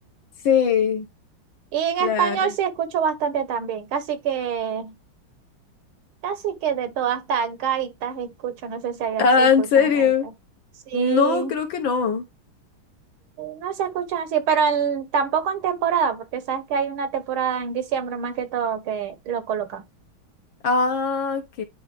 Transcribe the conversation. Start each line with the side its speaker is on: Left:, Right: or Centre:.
Left: sí,
Right: Y en
Left: claro.
Right: español sí escucho bastante también, casi que Casi que de todas, hasta gaitas escucho, no sé si allá
Left: Ah,
Right: se escuchan
Left: ¿en serio?
Right: las gaitas. Sí,
Left: No, creo que no.
Right: no se escuchan así, pero en- tampoco en temporada, porque sabes que hay una temporada en diciembre más que todo que lo colocan.
Left: Ah, ok.